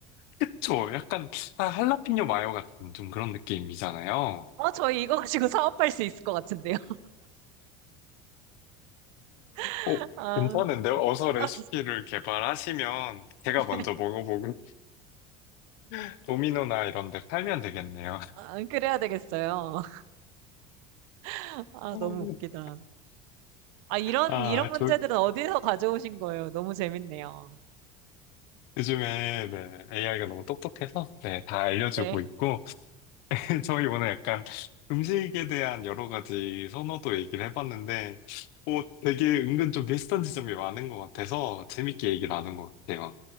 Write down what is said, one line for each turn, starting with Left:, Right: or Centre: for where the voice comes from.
Left: 그쵸? 약간 아, 할라피뇨 마요 같은 좀 그런 느낌이잖아요.
Right: 어, 저희 이거 가지고 사업할 수 있을 것 같은데요. <laughs>
Left: 오,
Right: 아,
Left: 괜찮은데요? 어서 레시피를
Right: 아,
Left: 개발하시면 제가 먼저
Right: 네.
Left: 먹어보고 <laughs> 도미노나 이런 데 팔면 되겠네요.
Right: 아, 그래야 되겠어요. <laughs> 아,
Left: <laughs>
Right: 너무 웃기다. 아, 이런,
Left: 아,
Right: 이런 문제들은
Left: 저
Right: 어디서 가져오신 거예요? 너무 재밌네요.
Left: 요즘에 네, AI가 너무 똑똑해서 네, 다 알려주고
Right: 네.
Left: 있고 <laughs> 저희 오늘 약간 음식에 대한 여러 가지 선호도 얘기를 해봤는데 오, 되게 은근 좀 비슷한 지점이 많은 것 같아서 재밌게 얘기 나눈 것 같아요.